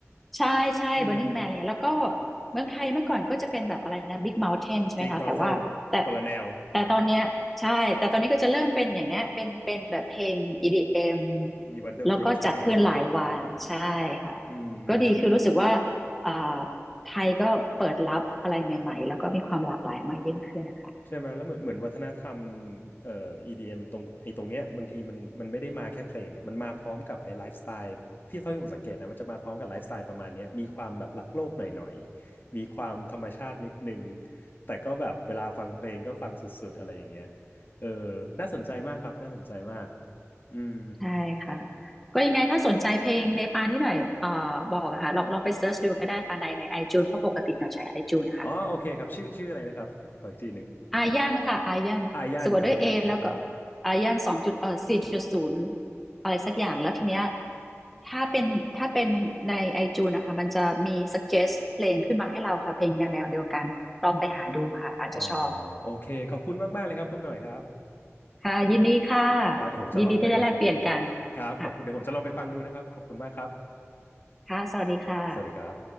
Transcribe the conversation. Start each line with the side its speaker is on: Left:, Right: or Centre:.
Centre: ใช่ใช่
Left: อืม
Centre: Burning Man อะไรเงี้ยแล้วก็เมืองไทยเมื่อก่อนก็จะเป็นแบบอะไรนะ Big Mountain ใช่ไหมคะแต่ว่าแต่
Left: Big Mountain คนละแนว
Centre: แต่ตอนเนี้ยใช่แต่ตอนนี้ก็จะเริ่มเป็นอย่างเงี้ยเป็นเป็นแบบเพลง EDM
Left: <laughs> มี Wonder
Centre: แล้วก็จัดขึ้นหลายวันใช่ค่ะ
Left: Fruits มีอะไรอืมอืม
Centre: ก็ดีคือรู้สึกว่าอ่าไทยก็เปิดรับอะไรใหม่ๆแล้วก็มีความหลากหลายมากยิ่งขึ้นนะคะ
Left: ใช่ไหมแล้วเหมือนเหมือนวัฒนธรรมเอ่อ EDM ตรงไอ้ตรงเนี้ยบางทีมันมันไม่ได้มาแค่เพลงอ่ะมันมาพร้อมกับไอ้ไลฟ์สไตล์ที่เท่าที่ผมสังเกตนะมันจะมาพร้อมกับไลฟ์สไตล์ประมาณเนี้ยมีความแบบรักโลกหน่อยๆมีความธรรมชาตินิดนึงแต่ก็แบบเวลาฟังเพลงก็ฟังสุดๆอะไรอย่างเงี้ยเออน่าสนใจมากครับน่าสนใจมากอืม
Centre: ใช่ค่ะก็ยังไงถ้าสนใจเพลงในปานที่หน่อยเอ่อบอกอะค่ะลองลองไปเซิร์ชดูก็ได้ค่ะในใน iTunes เพราะปกติหน่อยใช้ iTunes นะคะ
Left: อ๋อโอเคครับชื่อชื่ออะไรนะครับขอขออีกทีหนึ่ง
Centre: อายันค่ะอายันสะกดด้วยเอแล้วก็
Left: อายันอายัน
Centre: อายันสองจุดเอ่อสี่จุดศูนย์อะไรสักอย่างแล้วทีเนี้ยถ้าเป็นถ้าเป็นในไอจูนนะคะมันจะมี suggest เพลงขึ้นมาให้เราค่ะเพลงแนวแนวเดียวกันลองไปหาดูค่ะอาจจะชอบ
Left: อ๋อโอเคขอบคุณมากๆเลยครับคุณหน่อยครับ
Centre: ค่ะยินดีค่ะ
Left: ครับเดี๋ยวผมจะลองไป
Centre: ยินดีที่ได้แลกเปลี่ยนกัน
Left: ครับขอบคุณเดี๋ยวผมจะลองไปฟังดูนะครับขอบคุณมากครับ
Centre: ค่ะค่ะสวัสดีค่ะ
Left: สวัสดีครับ